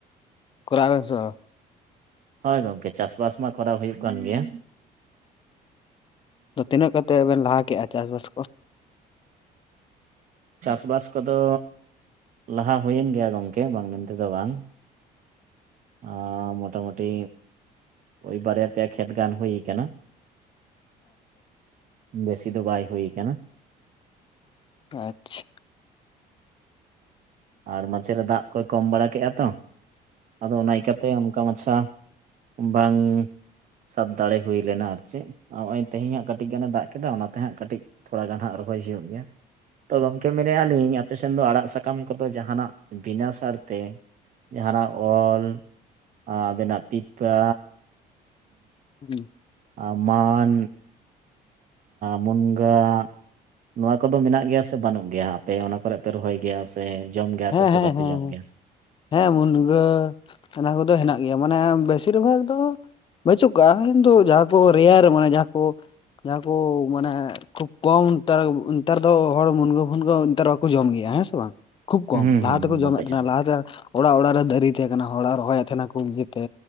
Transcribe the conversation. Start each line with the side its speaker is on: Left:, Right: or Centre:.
Left: ᱠᱚᱨᱟᱣ ᱵᱮᱱ ᱥᱮ
Right: ᱦᱳᱭ ᱜᱚᱝᱠᱮ ᱪᱟᱥᱵᱟᱥ ᱢᱟ ᱠᱚᱨᱟᱣ ᱦᱩᱭᱩᱜ ᱠᱟᱱ ᱜᱮᱭᱟ
Left: ᱛᱤᱱᱟᱹᱜ ᱠᱟᱛᱮ ᱵᱮᱱ ᱞᱟᱦᱟ ᱠᱮᱜᱼᱟ ᱪᱟᱥᱵᱟᱥ ᱠᱚ
Right: ᱪᱟᱥ ᱵᱟᱥ ᱠᱚᱫᱚ ᱞᱟᱦᱟ ᱦᱩᱭᱮᱱ ᱜᱮᱭᱟ ᱜᱚᱝᱠᱮ ᱵᱟᱝ ᱢᱮᱱ ᱛᱮᱫᱚ ᱵᱟᱝ ᱚ ᱢᱳᱴᱟᱢᱩᱴᱤ ᱳᱭ ᱵᱟᱨᱭᱟ ᱯᱮᱭᱟ ᱠᱷᱮᱛ ᱜᱟᱱ ᱦᱩᱭ ᱠᱟᱱᱟ ᱵᱮᱥᱤ ᱫᱚ ᱵᱟᱭ ᱦᱩᱭ ᱠᱟᱱᱟ
Left: ᱟᱪᱪᱷᱟ
Right: ᱟᱨ ᱢᱟᱪᱷᱮᱨᱮ ᱫᱟᱜ ᱠᱚᱭ ᱠᱚᱢ ᱵᱟᱲᱟ ᱠᱮᱜᱼᱟ ᱛᱚ ᱟᱫᱚ ᱚᱱᱟ ᱤᱭᱠᱟᱹᱛᱮ ᱚᱱᱠᱟ ᱢᱟᱪᱷᱟ ᱵᱟᱝ ᱥᱟᱵ ᱫᱟᱲᱮ ᱦᱩᱭ ᱞᱮᱱᱟ ᱟᱨ ᱪᱮᱫ ᱱᱚᱜ ᱚᱭ ᱛᱮᱦᱤᱧᱟᱸᱜ ᱠᱟᱹᱴᱤᱡ ᱜᱟᱱᱮ ᱫᱟᱜ ᱠᱮᱫᱟ ᱚᱱᱟᱛᱮ ᱦᱟᱸᱜ ᱠᱟᱹᱴᱤᱡ ᱛᱷᱚᱲᱟ ᱜᱟᱱ ᱦᱟᱸᱜ ᱨᱚᱦᱚᱭ ᱦᱩᱭᱩᱜ ᱜᱮᱭᱟ ᱛᱚ ᱜᱚᱢᱠᱮ ᱢᱮᱱᱮ ᱟᱞᱤᱧ ᱛᱮ ᱥᱮᱱ ᱫᱚ ᱟᱲᱟᱜ ᱥᱟᱠᱟᱢ ᱠᱚᱫᱚ ᱡᱟᱦᱟᱱᱟᱜ ᱵᱤᱱᱟᱹ ᱥᱟᱨᱛᱮ ᱡᱟᱦᱟᱱᱟᱜ ᱚᱞ ᱟᱵᱮᱱᱟᱜ ᱯᱤᱯᱟ
Left: ᱦᱩᱸ
Right: ᱟ ᱢᱟᱱ ᱢᱩᱱᱜᱟ ᱱᱚᱣᱟ ᱠᱚᱫᱚ ᱢᱮᱱᱟᱜ ᱜᱮᱭᱟ ᱥᱮ ᱵᱟᱹᱱᱩᱜ ᱜᱮᱭᱟ ᱯᱮ ᱚᱱᱟ ᱠᱚᱨᱮ ᱯᱮ ᱨᱚᱦᱚᱭ ᱜᱮᱭᱟ ᱥᱮ ᱡᱚᱢ ᱜᱮᱭᱟ
Left: ᱦᱮᱸ
Right: ᱯᱮ ᱥᱮ
Left: ᱦᱮᱸ
Right: ᱵᱟᱯᱮ
Left: ᱦᱮᱸ ᱦᱮᱸ
Right: ᱡᱚᱢ ᱜᱮᱭᱟ?
Left: ᱦᱮᱸ ᱢᱩᱱᱜᱟᱹ ᱚᱱᱟ ᱠᱚᱫᱚ ᱦᱮᱱᱟᱜ ᱜᱮᱭᱟ ᱢᱟᱱᱮ ᱵᱮᱥᱤᱨ ᱵᱷᱟᱜᱽ ᱫᱚ ᱵᱟᱹᱪᱩᱜ ᱠᱚᱣᱟᱼᱟ ᱠᱤᱱᱛᱩ ᱡᱟᱦᱟᱸ ᱠᱚ ᱨᱮᱭᱟᱲ ᱢᱟᱱᱮ ᱡᱟᱦᱟᱸ ᱠᱚ ᱡᱟᱦᱟᱸ ᱠᱚ ᱢᱟᱱᱮ ᱠᱷᱩᱵ ᱠᱚᱢ ᱱᱮᱛᱟ ᱱᱮᱛᱟᱨ ᱫᱚ ᱦᱚᱲ ᱢᱩᱱᱜᱟᱹ ᱯᱷᱱᱜᱟᱹ ᱱᱮᱛᱟᱨ ᱵᱟᱠᱚ ᱡᱚᱢ ᱜᱮᱭᱟ ᱦᱮᱸ ᱥᱮ ᱵᱟᱝ ᱠᱷᱩᱵ ᱠᱚᱢ
Right: ᱦᱩᱸ
Left: ᱞᱟᱦᱟ
Right: ᱦᱩᱸ
Left: ᱛᱮᱠᱚ ᱡᱚᱢᱮᱫ
Right: ᱵᱟᱠᱚ
Left: ᱛᱟᱦᱮᱱᱟ
Right: ᱡᱚᱢ
Left: ᱞᱟᱦᱟᱛᱮ
Right: ᱜᱮᱭᱟ
Left: ᱚᱲᱟᱜ ᱚᱲᱟᱜ ᱨᱮ ᱫᱟᱨᱮ ᱛᱟᱦᱮᱸ ᱠᱟᱱᱟ ᱦᱚᱲᱟᱜ ᱨᱚᱦᱚᱭᱮᱫ ᱛᱟᱦᱮᱱᱟ ᱵᱩᱜᱤ ᱛᱮ